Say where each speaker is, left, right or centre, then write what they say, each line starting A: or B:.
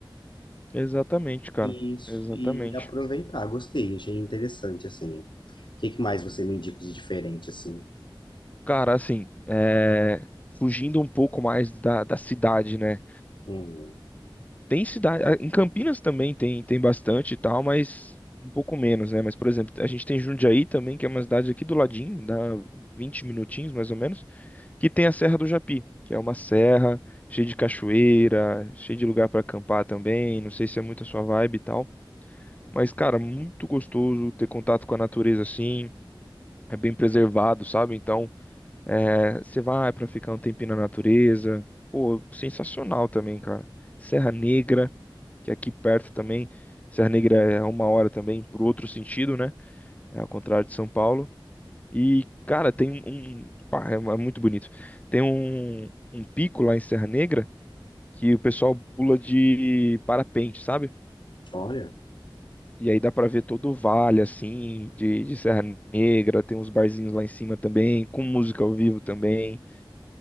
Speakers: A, on the left (about 15°); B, on the left (about 65°).
A: Exatamente, cara.
B: e,
A: Exatamente.
B: e aproveitar. Gostei, achei interessante, assim. O que, que mais você me indica de diferente, assim?
A: Cara, assim, é, fugindo um pouco mais da, da cidade, né?
B: Hum,
A: Tem cidade. ah, Em Campinas também tem, tem bastante e tal, mas um pouco menos, né? Mas, por exemplo, a gente tem Jundiaí também, que é uma cidade aqui do ladinho, dá 20 minutinhos mais ou menos. que tem a Serra do Japi, que é uma serra cheia de cachoeira, cheia de lugar para acampar também. Não sei se é muito a sua vibe e tal, mas cara, muito gostoso ter contato com a natureza assim. É bem preservado, sabe? Então, é, você vai para ficar um tempinho na natureza. Pô, sensacional também, cara. Serra Negra, que é aqui perto também. Serra Negra é uma hora também, por outro sentido, né? É ao contrário de São Paulo. E, cara, tem um. um- Pá, é é muito bonito. Tem um, um pico lá em Serra Negra que o pessoal pula de parapente, sabe?
B: olha,
A: E aí dá pra ver todo o vale, assim, de, de Serra Negra. Tem uns barzinhos lá em cima também, com música ao vivo também.